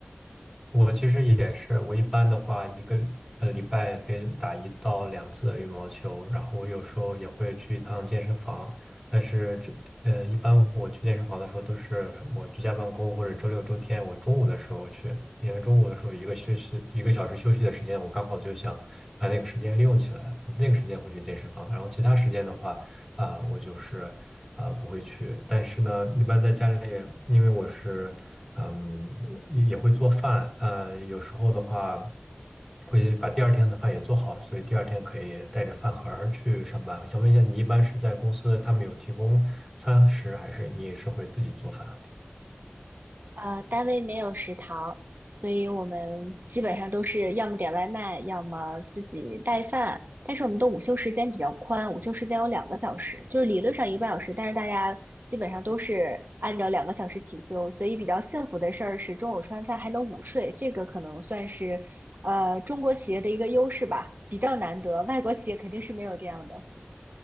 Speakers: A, in the centre; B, on the right (about 50°).
A: 我其实也是，我一般的话，一个呃礼拜也可以打一到两次的羽毛球，然后我有时候也会去一趟健身房，但是这呃，一般我去健身房的时候都是我居家办公或者周六周天，我中午的时候去，因为中午的时候一个休息一个小时休息的时间，我刚好就想把那个时间利用起来，我那个时间会去健身房，然后其他时间的话，啊、我就是啊、不会去，但是呢，一般在家里，因为我是。嗯，也也会做饭，呃，有时候的话会把第二天的饭也做好，所以第二天可以带着饭盒儿去上班。我想问一下，你一般是在公司他们有提供餐食，还是你也是会自己做饭？
B: 呃，单位没有食堂，所以我们基本上都是要么点外卖，要么自己带饭。但是我们的午休时间比较宽，午休时间有两个小时，就是理论上一个半小时，但是大家基本上都是按照两个小时起休。所以比较幸福的事儿是中午吃完饭还能午睡，这个可能算是呃中国企业的一个优势吧，比较难得，外国企业肯定是没有这样的。